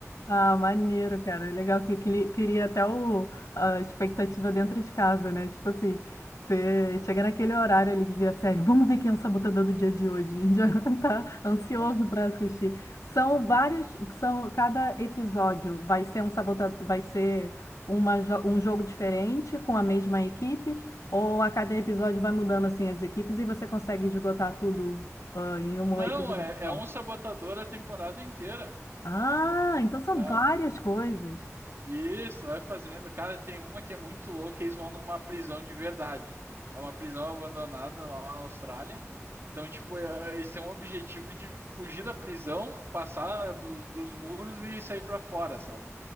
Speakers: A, on the left (about 80°); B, on the right (about 50°).
A: Ah, maneiro, cara. Legal que cri- queria até o, a expectativa dentro de casa, né? Tipo assim, você chega naquele horário ali de ver a série, vamos ver quem é o sabotador do dia de hoje. <laughs> A gente Já <laughs> tá ansioso
B: Ah,
A: para assistir. São vários, são cada episódio vai ser um sabotador, vai ser uma, jo- um jogo diferente com a mesma equipe, ou a cada episódio vai mudando assim as equipes e você consegue esgotar tudo ah, em um
B: Não,
A: episódio
B: é,
A: só.
B: é um sabotador a temporada inteira.
A: Ah, então são
B: Ah,
A: várias coisas.
B: Isso, vai fazendo. Cara, tem uma que é muito louca, eles vão numa prisão de verdade. É uma prisão abandonada lá na Austrália. Então, tipo, é- eles têm um objetivo de fugir da prisão, passar dos, dos muros e sair pra fora, sabe?